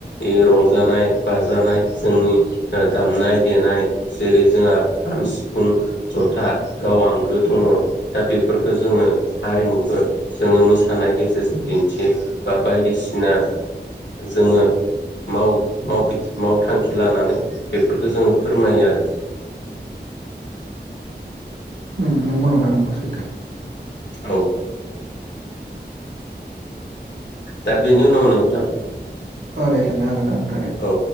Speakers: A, on the left (about 85°); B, on the right (about 75°).
A: इ रंजानाय बाजानाय जोंनि ओ दामनाय देनाय जेरै जोंहा खाम, सिफुं, जथा गाव आंगो दङ दा बे फोरखो जोङो आरिमुखो जोङो मोसानाय गेजेरजों दिन थियो बा बायदिसिना जोङो माव-माव बि मावथांखि लानानै बेफोरखो जोङो फोरमायो आरो।
B: उम नंगौ नोंथां नंगौ सैथो।
A: औ। दा बिनि उनाव नोंथा
B: औ दे सोंनो हागोन ना नों
A: औ